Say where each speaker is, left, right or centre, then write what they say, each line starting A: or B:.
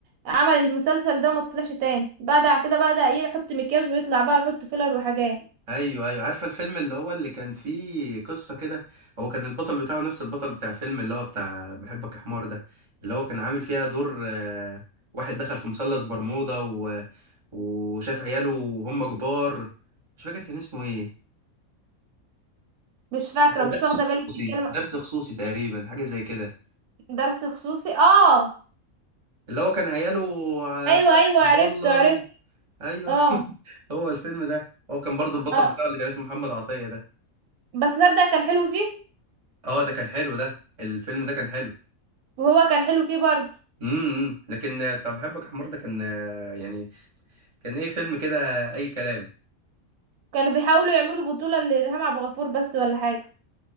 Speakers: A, on the right; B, on the right.
A: عمل المسلسل ده وما طلعش تاني بعد كده بقى ايه يحط مكياج ويطلع بقى يحط فيلر وحاجات
B: ايوه ايوه عارفه الفيلم اللي هو اللي كان فيه قصه كده هو كان البطل بتاعه نفس البطل بتاع فيلم اللي هو بتاع بحبك يا حمار ده اللي هو كان عامل فيها دور آه، واحد دخل في مثلث برمودا و... وشاف عياله وهم كبار مش فاكر كان اسمه ايه
A: مش فاكرة
B: ده
A: مش
B: درس
A: واخدة
B: خصوصي
A: بالي بتتكلم
B: درس خصوصي تقريبا حاجه زي كده
A: درس خصوصي اه
B: اللي هو كان عياله ع-
A: ايوه
B: صلاح
A: ايوه
B: عبد
A: عرفت
B: الله
A: عرفت
B: و... ايوه
A: اه
B: <laughs> هو الفيلم ده هو كان برضو البطل
A: اه
B: بتاعه اللي كان اسمه محمد عطية ده
A: بس صدق كان حلو فيه
B: اه ده كان حلو ده الفيلم ده كان حلو
A: وهو كان حلو فيه برضو
B: امم لكن آه، بتاع بحبك يا حمار ده كان آه، يعني كان ايه فيلم كده اي كلام
A: كانوا بيحاولوا يعملوا بطولة لإرهام عبد الغفور بس ولا حاجة